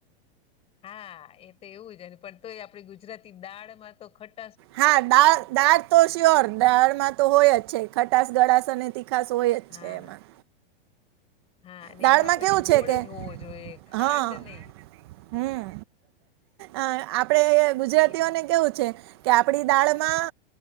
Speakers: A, on the left; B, on the right.
A: હા એ તો એવું જ ને પણ તોય આપડી ગુજરાતી દાળમાં તો ખટ
B: હા દાળ દાળ તો સ્યોર. દાળમાં તો હોય જ છે. ખ ખટાસ ગળાશ અને તીખાસ હોય જ છે
A: હા
B: એમાં.
A: હા અને
B: દાળમાં
A: એમાં પાછો
B: કેવું છે
A: ગોળ
B: કે
A: જ હોવો જોઈએ ખાંડ
B: હા
A: નહી.
B: હમ અ આપડે ગુજરાતીઓને
A: એ
B: કેવું છે કે આપડી દાળમાં